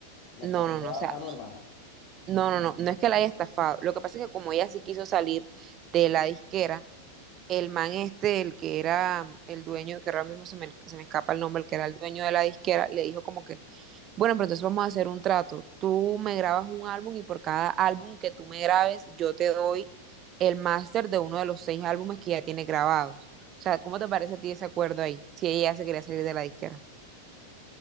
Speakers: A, on the left (about 40°); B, on the right (about 30°).
A: La
B: no,
A: estafó
B: no, no, o
A: a
B: sea,
A: mano armada.
B: no, no, no, no es que la haya estafado. Lo que pasa es que como ella sí quiso salir de la disquera, el man este, el que era mm, el dueño, que ahora mismo se me, se me escapa el nombre, el que era el dueño de la disquera, le dijo como que, bueno, pero entonces vamos a hacer un trato. Tú me grabas un álbum y por cada álbum que tú me grabes, yo te doy el máster de uno de los seis álbumes que ya tiene grabados. O sea, ¿cómo te parece a ti ese acuerdo ahí? Si ella se quería salir de la disquera.